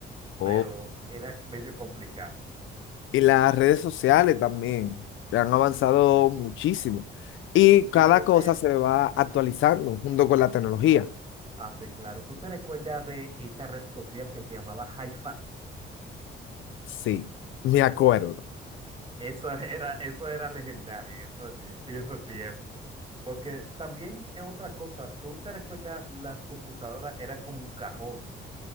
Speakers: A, on the left; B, on the right.
A: Oh,
B: pero era medio complicado.
A: Y las redes sociales también, que han avanzado muchísimo. Y cada
B: Sí, tú
A: cosa
B: te,
A: se va actualizando junto con la tecnología.
B: ah, sí, claro, tú te recuerdas de esta red social que se llamaba hi
A: Sí, me acuerdo.
B: Eso era, eso era legendario en eso- en esos tiempos. Porque también es otra cosa, tú te recuerdas, las computadoras eran como un cajón,